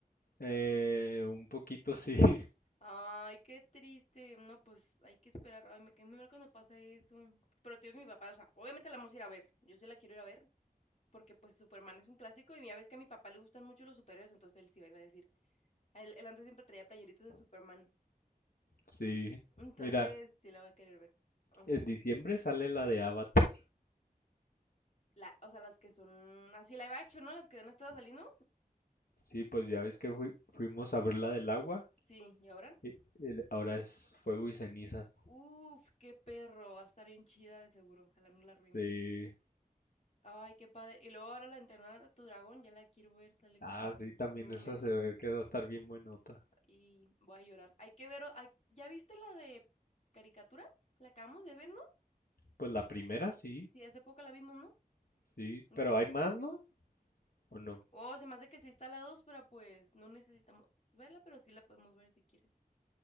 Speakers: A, on the left; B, on the left.
A: eh, un poquito sí, <laughs>
B: Ay, qué triste. No, pues hay que esperar. Ay, me quedé muy mal cuando pasa eso. Pero tío, es mi papá, o sea, obviamente la vamos a ir a ver. Yo sí la quiero ir a ver. Porque pues Superman es un clásico y ya ves que a mi papá le gustan mucho los superhéroes, entonces él sí iba a decir. Él, él antes siempre traía playeritas de Superman.
A: sí.
B: Entonces
A: Mira,
B: sí la va a querer ver. Mm.
A: en diciembre sale la de Avatar.
B: La, o sea, las que son así live action, ¿no? Las que no estaba saliendo.
A: Sí, pues ya ves que fui- fuimos a ver la del agua.
B: Sí, ¿y ahora?
A: y- y ahora es fuego y ceniza.
B: Uf, qué perro. Va a estar bien chida de seguro. Ojalá no la arruinen.
A: Sí.
B: Ay, qué padre. Y luego ahora la entrenar a tu dragón, ya la quiero ver, sale
A: Ah,
B: como en,
A: sí, también
B: en un
A: esa
B: mes
A: se ve que va a estar bien buenota.
B: y voy a llorar. Hay que ver, o- hay- ¿ya viste la de caricatura? La acabamos de ver, ¿no?
A: Pues la primera sí,
B: Sí, hace poco la vimos, ¿no?
A: sí,
B: Entonces,
A: pero hay más, ¿no? ¿O no?
B: oh, se me hace que sí está la dos, pero pues no necesitamos verla, pero sí la podemos ver si quieres.